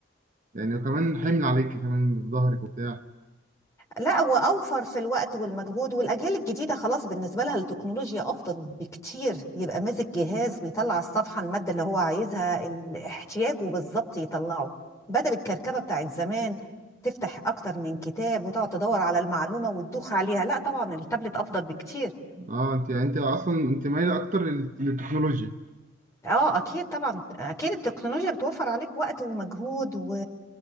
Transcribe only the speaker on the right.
يعني وكمان حمل عليكي كمان في ظهرك وبتاع
اه انت يعني انت اصلا انت مايله اكتر لل- للتكنولوجيا